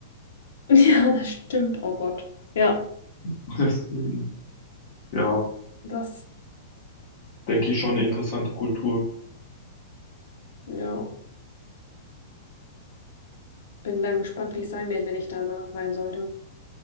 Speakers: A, on the left; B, on the left.
A: <laughs> Ja, das stimmt. Oh Gott. Ja,
B: <laughs> Deswegen, ja,
A: das,
B: denke ich schon eine interessante Kultur.
A: ja. Bin dann gespannt, wie es sein wird, wenn ich da mal sein sollte.